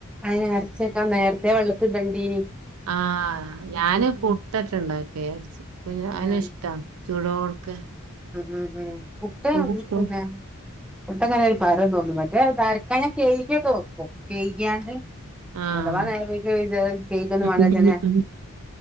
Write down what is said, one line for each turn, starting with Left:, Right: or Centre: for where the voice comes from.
Centre: അയിന് അരച്ചെക്കാൻ നേരത്തെ വെള്ളത്തിൽ ഇടണ്ടീനി
Right: ആഹ ഞാന് പുട്ടേറ്റെ ഇണ്ടാക്ക വിചാരിച് അപ്പൊ ഞാൻ
Centre: ഉം
Right: ഇഷ്ടാ ചൂടോട്ക്കെ
Centre: ഉ ഉം ഉം പുട്ട്
Right: പുട്ടും
Centre: പിന്നെ പുട്ടങ്ങനെ ഒരു പരം തോന്നും മറ്റേ തരക്ക ഞാന് കഴികി ഒക്കെ വെക്കും കഴിക്യാണ്ട്
Right: ആഹ്
Centre: അഥവാ നേരം വൈയ്ക്യ പിന്നെ കേയ്ക്കൊന്നും വേണ്ട
Right: ഇജ്ജ്
Centre: ഇങ്ങനെ